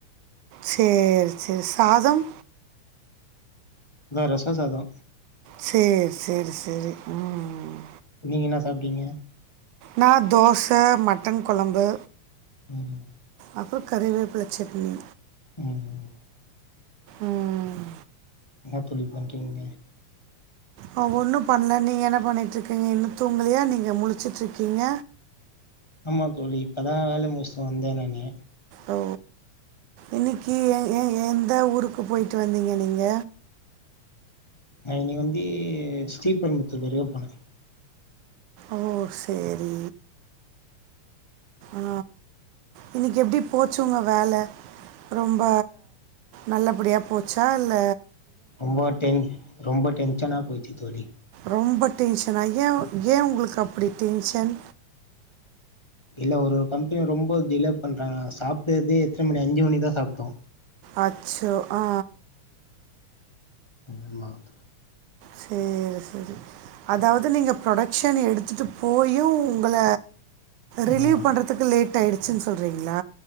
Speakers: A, on the right; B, on the left.
A: சேர் சேரி சாதம்
B: நா ரசோ சாதோ
A: சேர் சேரி செரி ம் ம்
B: நீங்க என்ன சாப்டீங்க
A: நா தோச மட்டன் கொழம்பு
B: ம்
A: அப்றோ கருவேப்புல சட்னி
B: ம்
A: ம் ம்
B: என்ன தோழி பண்றீங்க
A: ஆ ஒண்ணு பண்ல நீங்க என்ன பண்ணிட்ருக்கீங்க இன்னு தூங்கலையா நீங்க முழச்சுட்ருக்கீங்க
B: ஆமா தோழி இப்பதா வேல முடுச்சுட்டு வந்தே நானு
A: ஓ இன்னைக்கி ஏ ஏ எந்த ஊருக்கு பொய்ட்டு வந்தீங்க நீங்க
B: நா இன்னைக்கு வந்து ஸ்ரீபெரம்பத்தூர் வரையு போனே
A: ஓ செரி ஆ இன்னைக்கி எப்டி போச்சு உங்க வேல ரொம்ப நல்லப்படியா போச்சா இல்ல
B: ரொம்ப டென் ரொம்ப டென்ஷனா போச்சு தோழி
A: ரொம்ப டென்ஷனா ஏ ஏ உங்களுக்கு அப்புடி டென்ஷன்
B: இல்ல ஒரு ஒரு கம்பெனி ரொம்ப டிலே பண்றாங்க சாப்ட்டதே எத்தன மணி அஞ்சு மணிதா சாப்ட்டோ
A: அச்சோ ஆ
B: என்ன மா து
A: சேரி சேரி அதாவது நீங்க ப்ரொடக்க்ஷன் எடுத்துட்டு போயு உங்கள ரிலீவ்
B: ஆமா
A: பண்ணுறதுக்கு லேட் ஆயிடுச்சுனு சொல்றீங்களா